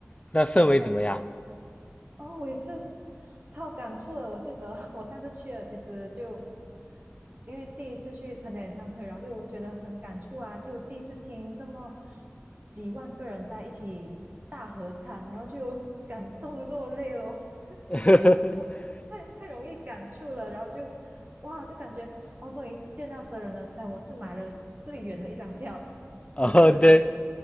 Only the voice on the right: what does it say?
就刚哦，我也是超感触的。我记得 <laughs> 我上次去了，其实就因为第一次去参加演唱会，然后就觉得很感触啊，就第一次听这么几万个人在一起大合唱，然后就 <laughs> 感动落泪咯。<laughs>
就我太太容易感触了，然后就哇，就感觉哦，终于见到真人了。虽然我是买了最远的一张票，
可是